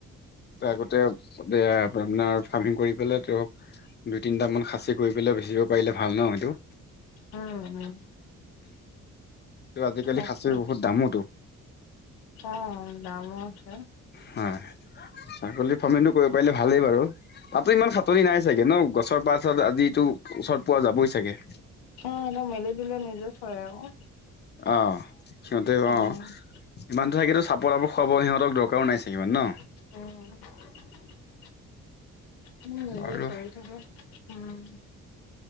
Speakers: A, on the left (about 25°); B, on the left (about 80°).
A: ত' আগতে এ আপোনাৰ ফাৰ্মিং কৰি পেলাই তেওৰক দুই তিনটা মান খাচি কৰি পেলাই বে সিচিবাৰে ভাল ন সেইটো।
B: উম - উম।
A: ত আজিকালি
B: তাকে
A: খাচীৰ বহুত দামোতো
B: অ, দাম উম,
A: হয় ছাগলী ফাৰ্মো কৰিব পাৰিলে ভালেই বাৰু তাতো ইমান খাতনি নাই চাগে ন গছৰ পছ তাৰপিছত আজিো ওচৰত পোৱা যাবই চাগে।
B: অহ, মেলি দিলে নিজে চৰে আকৌ।
A: অ, সিহতেও
B: উম
A: অ, ইমানটো থাকেতো চাপৰাপ খুৱাব ইহঁতক দৰকাৰো নায় চাগে ন।
B: উম, উম, নিজে
A: বাৰু
B: চল থাক উম,